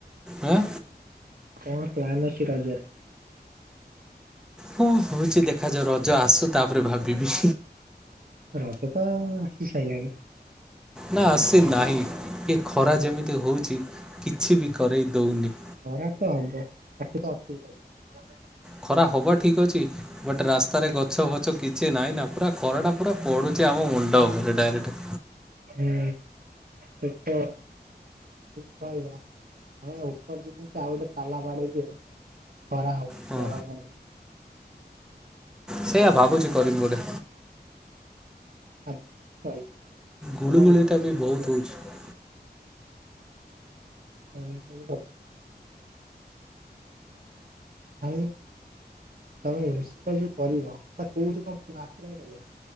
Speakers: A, in the centre; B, on the right.
A: ଆଁ
B: କଣ ପ୍ଲାନ ଅଛି ରଜରେ
A: କଣ ହଉଛି ଦେଖାଯାଉ ରଜ ଆସୁ ତାପରେ ଭାବିବି
B: ରଜ ତ ଆସି ସାଇଲାଣି।
A: ନା ସେ ନାହିଁ ଇଏ ଖରା ଯେମିତି ହଉଛି କିଛି ବି କରେଇ ଦଉନି।
B: ଖରା ତ ହବ ତାକୁ ତ ଅଟକେଇ ପାରିବନି।
A: ଖରା ହବା ଠିକ ଅଛି ବଟ ରାସ୍ତାରେ ଗଛ ଫଛ କିଛି ନାଇଁ ନା ପୁରା ଖରା ଟା ପୁରା ପଡୁଛି ଆମ ମୁଣ୍ଡ ଉପରେ ଡାଇରେକ୍ଟ।
B: ହୁଁ, ସେ ତ ଠିକ କହିଲ ଉପର ଧର ଉପରେ ଯଦି ଆଉ ଗୋଟେ ତାଲା ବାଡ଼େଇ ଦିଅ ଖରା ହବନି
A: ହଁ ସେଇଆ ଭାବୁଛି କରିବି ବୋଲି।
B: ଆ ବା
A: ଗୁଳିଗୁଳିଟା
B: ନାଁ
A: ବି ବହୁତ ହେଉଛି
B: ହୁଁ ହୁଁ ଆଉ ତମେ ଯୋଉ କରିବ କୋଉଠି କଣ ଆପ୍ଲାଏ